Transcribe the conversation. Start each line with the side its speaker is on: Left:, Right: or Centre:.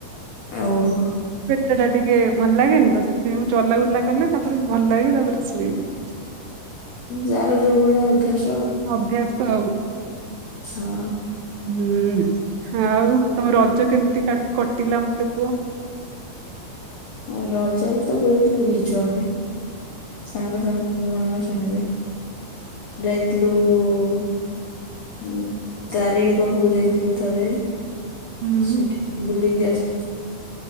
Left: ଓହୋ।
Right: ପେଟ ଟା ଟିକେ ଭଲ ଲାଗେନି ତ ସେଥିପାଇଁ ମୁଁ ଚଲାଗୁଲା କଲେ ତାପରେ ଭଲ ଲାଗେ ତାପରେ ଶୋଇବି।
Left: ଯାର ଯୋଉ ଭଳିଆ ଅଭ୍ୟାସ। ଆଉ।
Right: ଅଭ୍ୟାସ ଆଉ।
Left: <unintelligible>
Right: ହୁଁ, ଆଉ ତମ ରଜ କେମିତି କାଟ କଟିଲା ମତେ କୁଅ।
Left: ହଁ ରଜରେ ତ ବହୁତ ବୁଲିଛୁ ଆମେ। ସାଙ୍ଗ ସାଙ୍ଗ, ମାନଙ୍କ ସାଙ୍ଗରେ ଯାଇଥିଲୁ-ଉ ଉଁ ତାରିଣୀ ପାଖକୁ ଯାଇଥିଲୁ ଥରେ।
Right: ହୁଁ
Left: ସେଠି ବୁଲିକି ଆସି